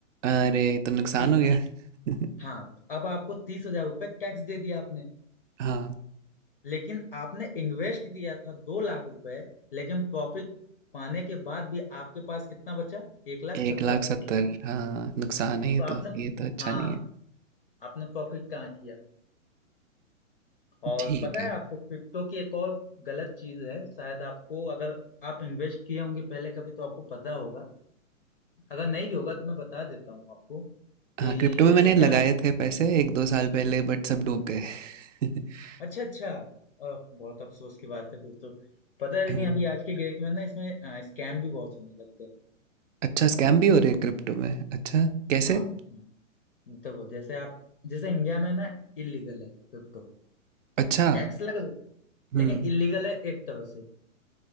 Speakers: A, on the right (about 70°); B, on the left (about 45°).
A: अरे ये तो नुकसान
B: ठीक
A: हो
B: है
A: गया <laughs>
B: हाँ अब आपको तीस हजार रुपये टैक्स दे दिया आपने
A: हाँ
B: लेकिन आपने इन्वेस्ट किया था दो लाख रुपए लेकिन प्रॉफिट पाने के बाद भी आपके पास कितना बचा एक लाख
A: एक
B: सत्तर
A: लाख
B: हजार
A: सत्तर
B: रुपये
A: हाँ नुकसान है ये
B: तो आपने
A: तो ये तो अच्छा
B: हाँ
A: नहीं है
B: आपने प्रॉफिट कहाँ किया और
A: ठीक
B: पता
A: है
B: है आपको क्रिप्टो की एक और गलत चीज है शायद आपको अगर आप इन्वेस्ट किए होंगे पहले कभी तो आपको पता होगा अगर नहीं भी होगा तो मैं बता देता हूँ आपको कि
A: हाँ क्रिप्टो में
B: जैसे
A: मैंने
B: क्या
A: लगाए
B: है।
A: थे पैसे एक दो साल पहले बट सब डूब गए <laughs>
B: अच्छा अच्छा अ, बहुत अफसोस की बात है फिर तो पता है लेकिन
A: हम्म,
B: अभी आज के डेट में ना इसमें स्कैम भी बहुत होने लग गए
A: अच्छा स्कैम भी हो रहे हैं क्रिप्टो में अच्छा कैसे
B: हाँ हाँ। देखो जैसे आप जैसे इंडिया में ना इलीगल है क्रिप्टो
A: अच्छा
B: टैक्स लग रही है
A: हम्म
B: लेकिन इलीगल है एक तरह से